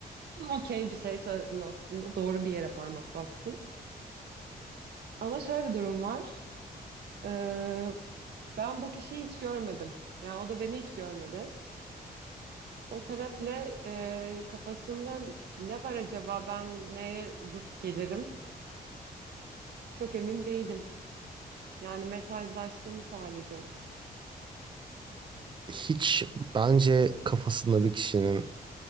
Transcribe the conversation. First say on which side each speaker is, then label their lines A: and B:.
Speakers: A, on the right; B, on the right.
A: Okey bir şey söyledin aslında doğru bir yere parmak bastın. Ama şöyle bir durum var. Ee, ben bu kişiyi hiç görmedim. Yani o da beni hiç görmedi. O sebeple e, kafasında ne var acaba ben neye zıt gelirim? Çok emin değilim. Yani mesajlaştı mı sadece?
B: Hiç bence kafasında bir kişinin